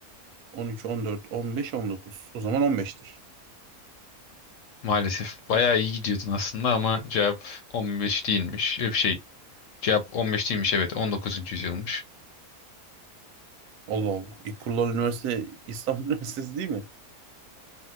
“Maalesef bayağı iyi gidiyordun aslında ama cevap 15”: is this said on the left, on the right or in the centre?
Left